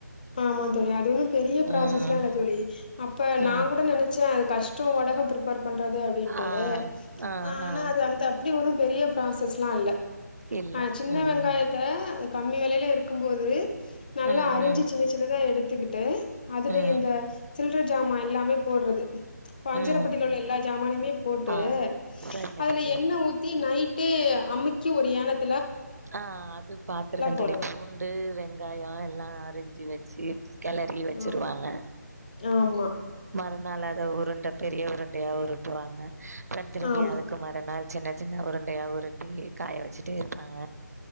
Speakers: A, on the left; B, on the right.
A: ஆமா தோழி அது ஒன்னு பெரிய ப்ராசஸ்லா
B: ம்
A: இல்ல தோழி அப்ப நா
B: ம்
A: கூட நெனச்சே அத் கஷ்டோ உலஹம் ப்ருப்பேர் பண்றது அப்டின்ட்டு
B: ஆ ஆ
A: ஆனா
B: ஆ
A: அது அந்த அப்டி வரும் பெரிய ப்ராசஸ்லா ல்ல
B: இல்ல
A: ஆ சின்ன
B: ம்
A: வெங்காயத்த கம்மி வெலைல இருக்கும்போது நல்லா
B: ம்
A: அறிஞ்சி
B: ம்
A: எல்லா எடுத்துக்குட்டு அதுல
B: ம்
A: இந்த கில்ருட் ஜாமா எல்லாமே போட்றது இப்ப அஞ்சரப்பெட்டில
B: ம்
A: உள்ள எல்லா ஜாமானுமே போட்டு
B: ஆ சரிங்க
A: அதுல
B: தோழி
A: எண்ண ஊத்தி நை ட்டு அம்மிக்கு ஒரு யானத்
B: ஆ அது பாத்துருக்கே தோழி
A: போடணு
B: பூண்டு வெங்காயோ எல்லா அரிஞ்ச் ஞ்சி வச்சி கெளரி வச்சிருவாங்க
A: ஆமா ஆமா
B: மற னால அத உருண்ட பெரிய உருண்டையா உருட்டுவாங்க ப்றன் திரும்பி
A: ஆமா
B: அதுக்கு மறுநாள் சின்ன சின்ன உருண்டையா உருட்டி காய வச்சுட்டே இருப்பாங்க